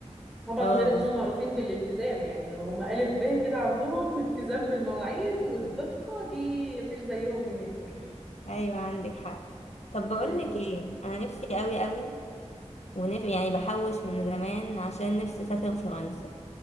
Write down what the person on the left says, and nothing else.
اه
بالظبط
ايوه عندك حق طب
بقولك ايه انا نفسي قوي قوي ونف... يعني بحوش من زمان عشان نفسي اسافر فرنسا